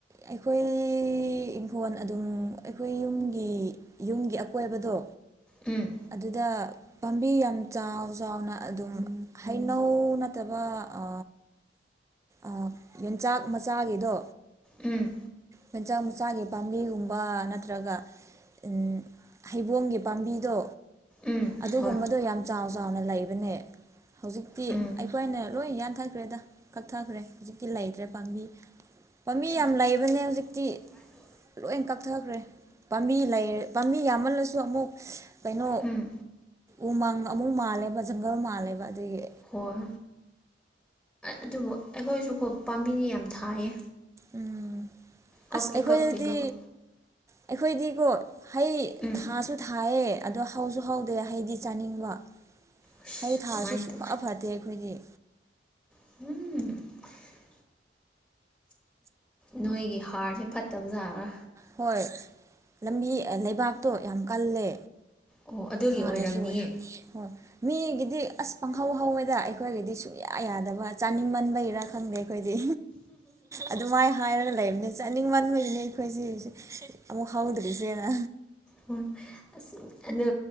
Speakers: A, on the right (about 15°); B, in the centre.
A: ꯑꯩꯈꯣꯏ ꯑꯩ ꯏꯪꯈꯣꯜ ꯑꯗꯨꯝ ꯑꯩꯈꯣꯏ ꯌꯨꯝꯒꯤ ꯌꯨꯝꯒꯤ ꯑꯀꯣꯏꯕꯗꯣ
B: ꯎꯝ
A: ꯑꯗꯨꯗ ꯄꯥꯝꯕꯤ ꯌꯥꯝ ꯆꯥꯎ ꯆꯥꯎꯅ ꯑꯗꯨꯝ ꯍꯩꯅꯧ ꯅꯠꯇꯕ ꯑ ꯑ ꯌꯟꯆꯥꯛ ꯃꯆꯥꯒꯤꯗꯣ
B: ꯎꯝ
A: ꯃꯆꯥ ꯃꯆꯥꯒꯤ ꯄꯥꯝꯕꯤꯒꯨꯝꯕ ꯅꯠꯇ꯭ꯔꯒ ꯎꯝ ꯍꯩꯕꯣꯡꯒꯤ ꯄꯥꯝꯕꯤꯗꯣ
B: ꯎꯝ
A: ꯑꯗꯨꯒꯨꯝꯕꯗꯣ
B: ꯍꯣꯏ
A: ꯌꯥꯝ ꯆꯥꯎ ꯆꯥꯎꯅ ꯂꯩꯕꯅꯦ ꯍꯧꯖꯤꯛꯇꯤ
B: ꯎꯝ
A: ꯑꯩꯈꯣꯏꯅ ꯂꯣꯏ ꯌꯥꯟꯊꯈ꯭ꯔꯦꯗ ꯀꯛꯊꯈ꯭ꯔꯦ ꯍꯧꯖꯤꯛꯇꯤ ꯂꯩꯇ꯭ꯔꯦ ꯄꯥꯝꯕꯤ ꯄꯥꯝꯕꯤ
B: ꯆꯥ
A: ꯌꯥꯝ ꯂꯩꯕꯅꯦ ꯍꯧꯖꯤꯛꯇꯤ
B: <inaudible>
A: ꯂꯣꯏ ꯀꯛꯊꯈ꯭ꯔꯦ ꯄꯥꯝꯕꯤ ꯂꯩꯔ ꯄꯥꯝꯕꯤ ꯌꯥꯝꯃꯜꯂꯁꯨ ꯑꯃꯨꯛ ꯀꯩꯅꯣ
B: ꯎꯝ
A: ꯎꯃꯪ ꯑꯃꯨꯛ ꯃꯥꯜꯂꯦꯕ ꯖꯪꯒꯜ ꯃꯥꯜꯂꯦꯕ ꯑꯗꯨꯒꯤ
B: ꯍꯣꯏ ꯑꯗꯨꯕꯨ ꯑꯩꯈꯣꯏꯁꯨꯀꯣ ꯄꯥꯝꯕꯤꯗꯤ ꯌꯥꯝ ꯊꯥꯏꯌꯦ
A: ꯎꯝ
B: ꯀꯛꯇꯤ
A: ꯑꯁ ꯑꯩꯈꯣꯏꯗꯗꯤ
B: ꯀꯛꯇꯦ ꯑꯗꯨꯒ
A: ꯑꯩꯈꯣꯏꯗꯤꯀꯣ ꯍꯩ
B: ꯎꯝ
A: ꯊꯥꯁꯨ ꯊꯥꯏꯌꯦ ꯑꯗꯣ ꯍꯧꯁꯨ ꯍꯧꯗꯦ ꯍꯩꯗꯤ ꯆꯥꯅꯤꯡꯕ
B: ꯑꯁ
A: ꯍꯩ ꯊꯥꯔꯁꯨ
B: ꯀꯃꯥꯏꯅ
A: ꯁꯨꯡꯐ
B: ꯇꯧꯁꯦ
A: ꯐꯠꯇꯦ ꯑꯩꯈꯣꯏꯗꯤ
B: ꯎꯝ ꯅꯣꯏꯒꯤ ꯍꯥꯔꯁꯦ ꯐꯠꯇꯕꯖꯥꯔꯥ
A: ꯍꯣꯏ ꯂꯝꯕꯤ ꯂꯩꯕꯥꯛꯇꯣ ꯌꯥꯝ ꯀꯜꯂꯦ
B: ꯑꯣ ꯑꯗꯨꯒꯤ
A: ꯊꯥꯔꯁꯨ
B: ꯑꯣꯏꯔꯝꯅꯤꯌꯦ
A: ꯍꯣꯏ ꯃꯤꯒꯤꯗꯤ ꯑꯁ ꯄꯪꯍꯧ ꯍꯧꯋꯦꯗ ꯑꯩꯈꯣꯏꯒꯤꯗꯤ ꯁꯨꯡꯌꯥ ꯌꯥꯗꯕ ꯆꯥꯅꯤꯡꯃꯟꯕꯩꯔꯥ ꯈꯪꯗꯦ ꯑꯩꯈꯣꯏꯗꯤ ꯑꯗꯨꯃꯥꯏꯅ ꯍꯥꯏꯔꯒ ꯂꯩꯕꯅꯦ ꯆꯠꯅꯤꯡꯕ ꯍꯣꯏꯒꯤꯅꯤ ꯑꯩꯈꯣꯏꯁꯤꯁꯦ ꯑꯃꯨꯛ ꯍꯧꯗ꯭ꯔꯤꯁꯦꯅ
B: <unintelligible> ꯑꯁ ꯑꯗꯨ